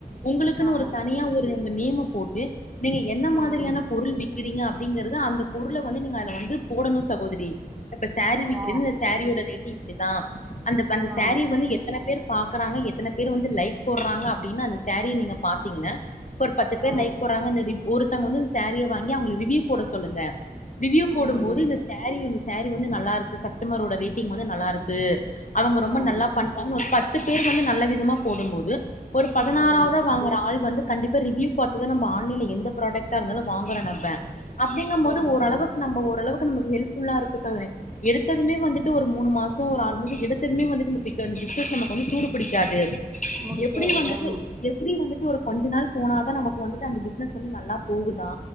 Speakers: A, on the left (about 50°); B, on the right (about 20°).
A: உங்களுக்குன்னு
B: ஆ
A: ஒரு தனியா ஒரு உங்க நேம்ம போட்டு நீங்க என்ன மாதிரியான
B: ம்
A: பொருள் விக்கிறீங்க அப்படிங்கறது அந்த பொருள வந்து நீங்க அதுல வந்து போடணு சகோதரி இப்ப சேரீ விக்கிறீன்னு
B: ஓ
A: இந்த சேரியோட ரேட்டு இப்படிதா அந்தப் அந்த
B: ஆ
A: சேரீ வந்து எத்தன பேர் பாக்குறாங்க எத்தன பேர் வந்து லைக் போடுறாங்க அப்படின்னு அந்த சேரீய நீங்க பாத்தீங்கன பர் பத்து பேர்
B: ஆ
A: லைக் போட்றாங்க இந்த ரிவ் ஒருத்தங்க வந்து சாரிய வாங்கி அவுங்கள ரிவ்யூ போட சொல்லுங்க ரிவ்யூ
B: ம்
A: போடும்போது இந்த சேரீ இந்த சேரீ வந்து நல்லாருக்கு கஸ்டமரோட ரேட்டிங் வந்து நல்லாருக்கு அவங்க
B: ம்
A: ரொம்ப நல்லா பண்றாங்கன்னு ஒரு பத்து பேர் வந்து நல்ல விதமா போடனு து ஒரு பதினாறாவத
B: ம்
A: வாங்குற ஆள் வந்து கண்டிப்பா ரிவ்யூ பாத்துதா நம்ம ஆன்லைன்ல எந்த ப்ராடக்டா இருந்தாலும் வாங்கற நம்ப அப்படிங்கம்
B: சரி
A: போது ஓரளவுக்கு
B: சரி
A: நம்ம ஓரளவுக் நமக்கு ஹெல்ப் ஃபுல்லாருக்கூ சவே எடுத்ததுமே வந்துட்டு ஒரு மூணு மாசோ ஒரு ஆறு மாஸ் எடுத்ததுமே வந்துட்டு இந்த பிக்க வந்து பிசினஸ் நமக்கு வந்து சூடு பிடிக்காது
B: முடிக்காது
A: எப்டி வந்துட்டு
B: ஆ
A: எப்டி வந்துட்டு ஒரு கொஞ்ச நாள் போனாதா நமக்கு வந்துட்டு அந்த பிசினஸ் வந்து நல்லா போகுதா